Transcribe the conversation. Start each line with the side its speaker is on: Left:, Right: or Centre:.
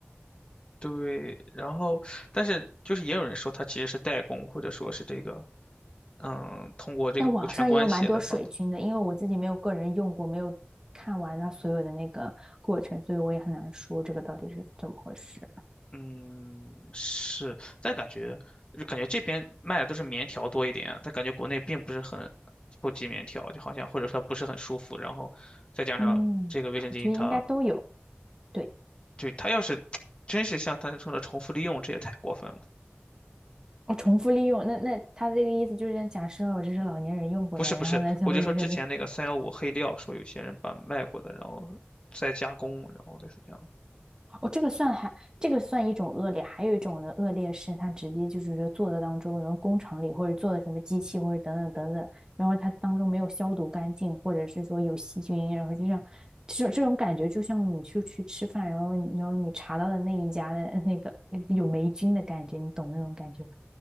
Left: 对，然后，但是就是也有人说他其实是代工，或者说是这个，嗯，通过这个股权关系来帮
Right: 但网上也有蛮多水军的，因为我自己没有个人用过，没有看完它所有的那个过程，所以我也很难说这个到底是怎么回事。
Left: 嗯，是，但感觉就感觉这边卖的都是棉条多一点，但感觉国内并不是很普及棉条，就好像或者说它不是很舒服，然后再加上这个卫生巾它，
Right: 嗯，我觉得应该都有。对，
Left: 就它要是真是像他说的重复利用，这也太过分了。
Right: 我重复利用，那那他这个意思就是，假设我这是老年人用过的，
Left: 不是不是，
Right: 然后呢，相当于是在
Left: 我就说之前那个三幺五黑料，说有些人把卖过的，然后再加工，然后类似这样的。
Right: 哦，这个算还，这个算一种恶劣，还有一种的恶劣是，他直接就是说做的当中，然后工厂里或者做的什么机器或者等等等等，然后它当中没有消毒干净，或者是说有细菌，然后就像这种这种感觉，就像你去去吃饭，然后然后你查到的那一家的那个呃有霉菌的感觉，你懂那种感觉吧？